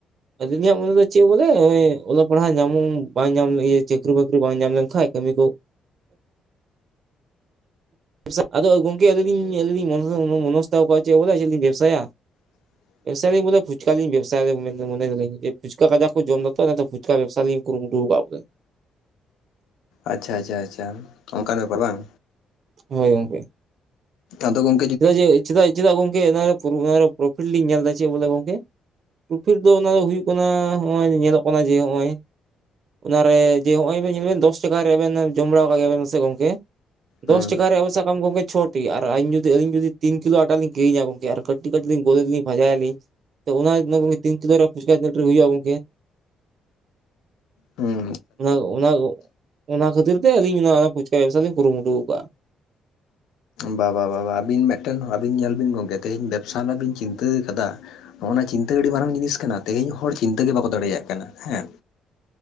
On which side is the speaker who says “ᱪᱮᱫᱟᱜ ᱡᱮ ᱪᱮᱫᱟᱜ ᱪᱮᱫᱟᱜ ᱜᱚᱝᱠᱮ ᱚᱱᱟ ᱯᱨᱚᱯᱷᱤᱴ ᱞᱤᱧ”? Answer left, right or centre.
Right